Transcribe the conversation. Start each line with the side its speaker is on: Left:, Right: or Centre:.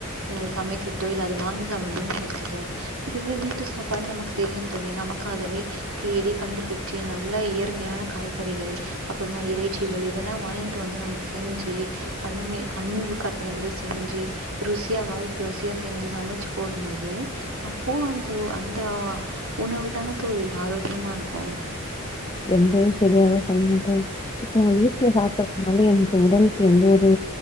Right: ஒ சமைக்கிற்தோ இல்ல அத வாங்கி சாப்பற்றதோ நமக்கு தெரியாது இதுவே வீட்டு சாப்பாடு நமக்கு தெரியும் தோழி நமக்காகவே தேடி கண்டுப்புச்சி நல்ல இயற்கையான காய்கறிகள் அப்றமா இறைச்சிகள் இதெல்லா வாங்கிட்டு வந்து நமக்கு செஞ்சு அதுவுமே அன்பு கலந்து செஞ்சு ருசியா வாய்க்கு ருசியா செஞ்சு சமைச்சு போடும்போது அ ப்போ அந்த அந்த உணவு தான தோழி ஆரோக்கியமா இருக்கு
Left: ரொம்பவே செரியாக சொல்றிங்க தோழி இப்போ வீட்ல சாப்ப னால எனுக்கு உடலுக்கு எந்த ஒரு